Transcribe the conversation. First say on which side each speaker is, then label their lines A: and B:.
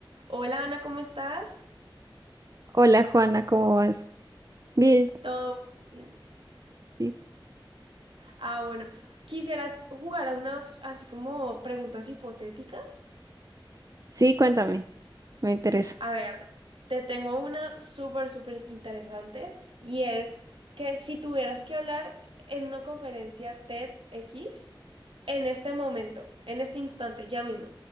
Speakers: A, on the right; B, on the right.
A: Hola Ana, ¿cómo estás?
B: Hola Juana, ¿cómo vas? Bien,
A: Todo bien.
B: sí,
A: Ah, bueno, ¿quisieras jugar a unas así como preguntas hipotéticas?
B: Sí, cuéntame, me interesa.
A: A ver, te tengo una súper, súper interesante y es que si tuvieras que hablar en una conferencia TEDx en este momento, en este instante, ya mismo,